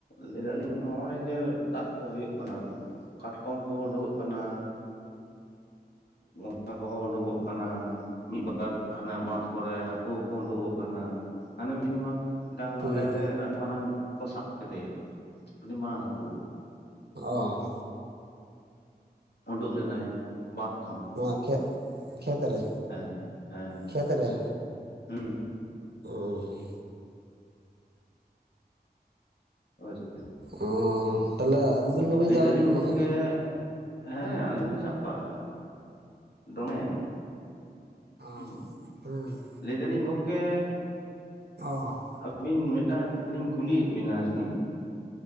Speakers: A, on the left (about 80°); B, on the right (about 75°).
A: ᱞᱟᱹᱭ ᱫᱟᱞᱤᱧ ᱦᱚᱜᱼᱚᱭ ᱡᱮ ᱫᱟᱜ ᱠᱚ ᱦᱩᱭᱩᱜ ᱠᱟᱱᱟ ᱠᱟᱴᱠᱚᱢ ᱠᱚ ᱩᱰᱩᱜ-ᱚᱜ ᱠᱟᱱᱟ ᱚᱱᱟ ᱠᱚᱦᱚᱸ ᱩᱰᱩᱠᱚᱜ ᱠᱟᱱᱟ᱾ ᱢᱤᱫᱵᱟᱨ ᱚᱱᱮ ᱵᱟᱸᱫ ᱠᱚᱨᱮ ᱦᱟᱠᱩ ᱦᱚᱸᱠᱚ ᱩᱰᱩᱠᱚᱜ ᱠᱟᱱᱟ ᱦᱟᱱᱮ ᱢᱤᱫ ᱫᱤᱱ ᱢᱟ ᱢᱤᱫᱴᱟᱝ
B: ᱦᱮᱸ
A: ᱟᱞᱮ ᱚᱰᱮ ᱟᱹᱰᱤ ᱢᱟᱨᱟᱝ ᱠᱚ ᱥᱟᱵ ᱠᱮᱫᱮᱭᱟ ᱟᱹᱰᱤ ᱢᱟᱨᱟᱝ ᱦᱟᱠᱩ
B: ᱚᱻ
A: ᱩᱰᱜ ᱞᱮᱱᱟᱭ ᱵᱟᱸᱫᱽ ᱠᱷᱚᱱ
B: ᱱᱚᱣᱟ ᱠᱷᱮ ᱠᱷᱮᱛ ᱨᱮ
A: ᱦᱮᱸ ᱦᱮᱸ
B: ᱠᱷᱮᱛ ᱨᱮ
A: ᱦᱩᱸ
B: ᱩᱸ
A: ᱚ ᱪᱮᱫ ᱛᱮ?
B: ᱚ ᱛᱟᱦᱚᱞᱮ ᱟᱹᱵᱤᱱ ᱦᱚᱸᱵᱤᱱ
A: ᱞᱟᱹᱭ
B: ᱥᱟᱵᱮᱫ
A: ᱫᱟᱞᱤᱧ
B: ᱠᱚᱜᱮᱭᱟ?
A: ᱜᱚᱝᱠᱮ ᱦᱮᱸ ᱟᱹᱞᱤᱧ ᱞᱤᱧ ᱥᱟᱵᱠᱚᱼᱟ ᱫᱚᱢᱮ
B: ᱚ
A: ᱦᱩᱸ
B: ᱦᱩᱸ
A: ᱞᱟᱹᱭ ᱫᱟᱹᱞᱤᱧ ᱜᱚᱝᱠᱮ
B: ᱚ
A: ᱟᱹᱵᱤᱱ ᱢᱤᱫᱴᱟᱝ ᱞᱤᱧ ᱠᱩᱞᱤᱭᱮᱫ ᱵᱤᱱᱟ ᱟᱨᱠᱤ